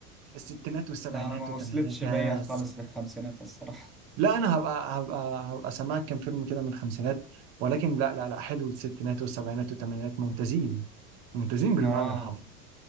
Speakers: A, on the right (about 50°); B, in the centre.
A: الستينات والسبعينات
B: لا انا ما
A: والثمانينات
B: وصلتش
A: يا
B: بيا خالص للخمسينات الصراحة
A: لا انا هبقى هبقى هبقى سامعك كام فيلم كده من الخمسينات ولكن لا لا لا حلو الستينات والسبعينات والثمانينات ممتازين ممتازين بالمعنى
B: اه
A: الحرفي